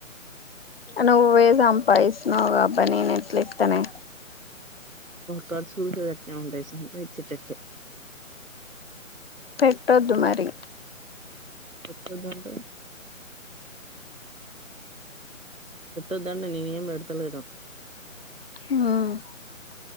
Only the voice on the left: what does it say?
నువ్వే సంపాదిస్తున్నవ్ కాబ నేనేట్లిస్తనే
పెట్టొద్దు మరి
ఆ